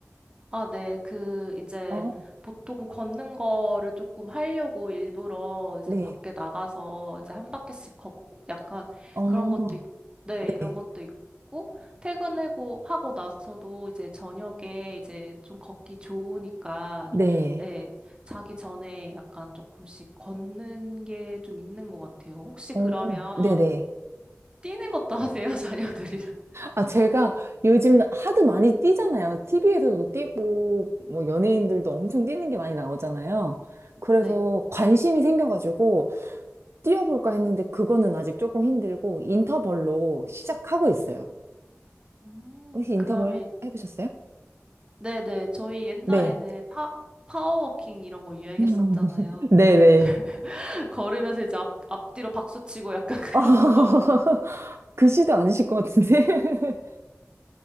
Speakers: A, on the right; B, on the right.
A: 아, 네. 그, 이제,
B: 어,
A: 보통 걷는 거를 조금 하려고 일부러 이제
B: 네.
A: 밖에 나가서 이제 한 바퀴씩 걷고 약간
B: 어,
A: 그런 것도 있, 네, 이런
B: 네.
A: 것도 있고, 퇴근하고 하고 나서도 이제 저녁에 이제 좀 걷기 좋으니까,
B: 네.
A: 예, 자기 전에 약간 조금씩 걷는 게 좀 있는 것 같아요. 혹시
B: 어,
A: 그러면
B: 네네.
A: 뛰는 것도 하세요, <laughs> 자녀들이랑?
B: 아, 제가 요즘 하드 많이 뛰잖아요. TV에서도 뛰고, 뭐, 연예인들도 엄청 뛰는 게 많이 나오잖아요. 그래서
A: 네.
B: 관심이 생겨가지고, 뛰어볼까 했는데, 그거는 아직 조금 힘들고, 인터벌로 시작하고 있어요.
A: 음,
B: 혹시 인터벌
A: 그러면
B: 해- 해보셨어요?
A: 네네. 저희 옛날에는
B: 네.
A: 파, 파워워킹 이런 거 유행했었잖아요.
B: <laughs> 네네.
A: <laughs> 걸으면서 이제 앞, 앞뒤로 박수 치고 약간 <laughs> 그런
B: <laughs>
A: 거.
B: 그 시도 아니실 것 같은데. <laughs>